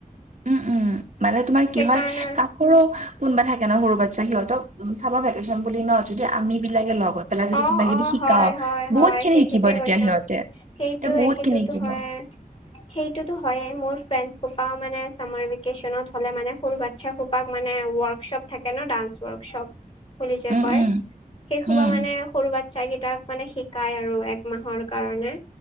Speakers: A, on the right (about 55°); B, on the left (about 40°).
A: উম উম মানে তোমাৰ
B: সেইকাৰণে
A: কি হয় কাক? সৰু কোনোবা থাকে ন সৰু বাচ্ছা সিহঁতক উম' চামাৰ ভেকেশচন বুলি ন যদি আমি বিলাকে লগত পেলাই যদি
B: অ
A: কিবা-কিবি
B: অ
A: শিকাও,
B: হয় হয় হয়
A: বহুত খিনি
B: সেই
A: শিকিব
B: ঠিকে
A: তেতিয়া
B: কৈছা।
A: সিহঁতে।
B: সেইটোৱে
A: ত বহুত
B: সেইটোতো
A: খিনি শিকিব।
B: হয়ে। সেইটোতো হয়য়েই, মোৰ ফ্ৰেণ্ডছ সোপাও মানে ছামাৰ ভেকেশচনত হ'লে মানে ক'ৰবাত সে সোপাক মানে ৱৰ্কশ্বপ থাকে ন, ডান্স ৱৰ্কশ্বপ বুলি যে
A: উম
B: কয়।
A: উম
B: সেই সোপা
A: উম
B: মানে সৰু বাচ্ছা কেইটাক মানে শিকাই আৰু এক মাহৰ কাৰণে।